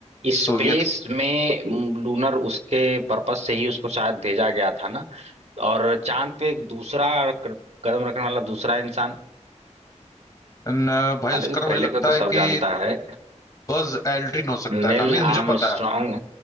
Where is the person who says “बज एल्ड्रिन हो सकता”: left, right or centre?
Left